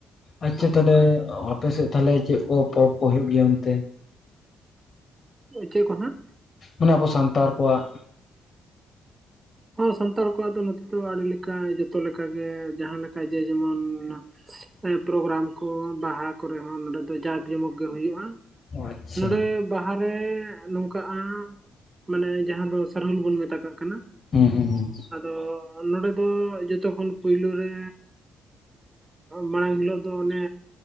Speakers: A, on the left; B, on the right.
A: ᱟᱪᱪᱷᱟ
B: ᱱᱟᱯᱟᱭ
A: ᱛᱟᱦᱞᱮ
B: ᱵᱟᱲᱟ ᱜᱮ
A: ᱟᱯᱮᱥᱮᱫ ᱛᱟᱦᱚᱞᱮ ᱪᱮᱫ ᱠᱚ ᱯᱚᱨᱚᱵᱽ ᱠᱚ ᱦᱩᱭᱩᱜ ᱜᱮᱭᱟ ᱚᱱᱛᱮ?
B: ᱪᱮᱫ ᱠᱚ ᱦᱟᱜ
A: ᱚᱱᱮ ᱟᱵᱚ ᱥᱟᱱᱛᱟᱲ ᱠᱚᱣᱟᱜ᱾
B: ᱦᱚ ᱥᱟᱱᱛᱟᱲ ᱠᱚᱣᱟᱜ ᱫᱚ ᱱᱚᱛᱮ ᱫᱚ ᱟᱹᱰᱤ ᱞᱮᱠᱟ ᱡᱚᱛᱚ ᱞᱮᱠᱟᱜᱮ ᱡᱟᱦᱟᱸ ᱞᱮᱠᱟ ᱡᱮ ᱡᱮᱢᱚᱱ- ᱯᱨᱳᱜᱨᱟᱢ ᱠᱚ ᱵᱟᱦᱟ ᱠᱚᱨᱮ ᱦᱚᱸ ᱱᱚᱰᱮ ᱫᱚ ᱡᱟᱸᱠ ᱡᱚᱢᱚᱠ ᱜᱮ ᱦᱩᱭᱩᱜᱼᱟ᱾
A: ᱚ ᱟᱪᱪᱷᱟ
B: ᱱᱚᱸᱰᱮ ᱵᱟᱦᱟ ᱨᱮ ᱱᱚᱝᱠᱟᱜᱼᱟ᱾ ᱢᱟᱱᱮ ᱡᱟᱦᱟᱸ ᱫᱚ ᱥᱟᱨᱦᱩᱞ ᱵᱚᱱ ᱢᱮᱛᱟ ᱠᱟᱜ ᱠᱟᱱᱟ᱾
A: ᱦᱩᱸ ᱦᱩᱸ ᱦᱩᱸ᱾
B: ᱟᱫᱚ ᱱᱚᱰᱮ ᱫᱚ ᱡᱚᱛᱚ ᱠᱷᱚᱱ ᱯᱩᱭᱞᱩ ᱨᱮ᱾ ᱢᱟᱲᱟᱝ ᱦᱤᱞᱳᱜ ᱫᱚ ᱚᱱᱮ